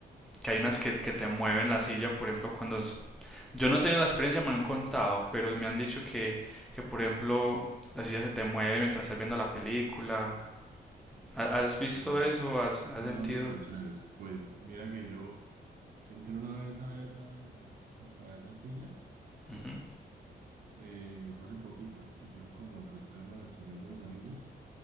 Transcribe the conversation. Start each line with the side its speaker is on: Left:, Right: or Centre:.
Centre: que hay unas que, que te mueven la silla, por ejemplo, cuando... es- Yo no he tenido la experiencia, me han contado, pero me han dicho que, que por ejemplo, la silla se te mueve mientras estás viendo la película. ¿Ha- ¿Has
Right: Sí,
Centre: visto
Right: me-
Centre: eso? ¿Has, has
Right: ya
Centre: sentido?
Right: son súper chéveres. Pues mira que yo entré una vez a esas, a esas- como para esas sillas,
Centre: Ujú,
Right: eh, fue hace poquito, que hicieron como el reestreno del Señor de los Anillos